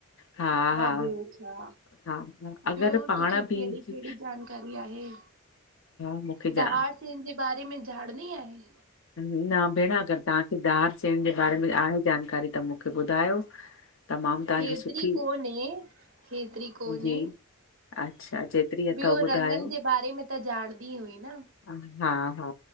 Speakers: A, on the left; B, on the right.
A: हा- हा,
B: ॿियो छा
A: हा- हा अगरि
B: ॿियो
A: पांण
B: तोखे कहिड़ी
A: बिज
B: कहिड़ी जानकारी आहे,
A: मूंखे
B: दहाड़
A: जा
B: सेन जे बारे में ॼाणनी आहे?
A: न भेंण अगरि तहांखे दहार सेन जे बारे में आहे जानकारी त मुख खे ॿुधायो। तमामु तव्हांजी
B: हेतरी
A: सुठी
B: कोन्हे -हेतरी कोन्हे।
A: जी अच्छा, जेतिरी अथव
B: ॿियो रंगनि
A: ॿुधायो।
B: जे बारे में त जाणदी हुई न।
A: हा - हा-